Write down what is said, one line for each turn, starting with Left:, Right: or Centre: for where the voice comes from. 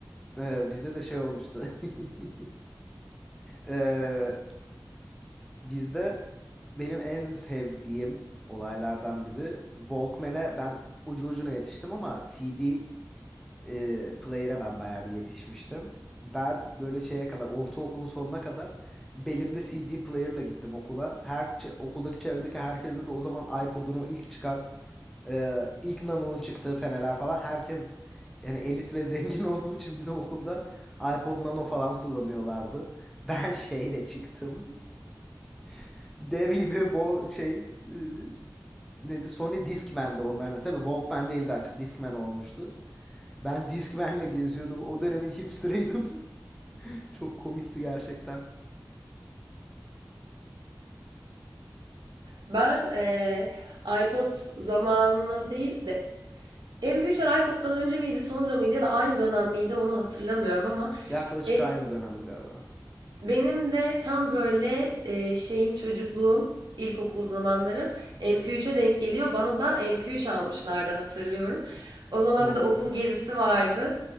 Centre: Ee, bizde de şey olmuştu. <laughs> Ee, bizde benim en sevdiğim olaylardan biri Walkman'e ben ucu ucuna yetiştim ama CD e, Player'e ben bayağı bir yetişmiştim. Ben böyle şeye kadar ortaokulun sonuna kadar belimde CD player'la gittim okula. Her okuldaki çevredeki herkeste de o zaman iPod'un o ilk çıkan e, ilk Nano'nun çıktığı seneler falan herkes yani elit ve zengin <laughs> olduğu için bizim okulda iPod Nano falan kullanıyorlardı. Ben şeyle çıktım. <laughs> Dev gibi bu şey e, neydi Sony Discman'dı onların. Tabii Walkman değildi artık Discman olmuştu. Ben Discman'le geziyordum. O dönemin hipsterıydım. <laughs> Çok komikti gerçekten.
Right: Ben eee, iPod zamanına değil de MP3'ler iPod'dan önce miydi, sonra mıydı ya da aynı dönem miydi onu hatırlamıyorum ama
Centre: Yaklaşık
Right: e,
Centre: aynı dönemdi galiba.
Right: benim de tam böyle e, şeyim çocukluğum, ilkokul zamanlarım MP3'e denk geliyor. Bana da MP3 almışlardı hatırlıyorum. O zaman
Centre: Oo,
Right: bir de okul gezisi vardı.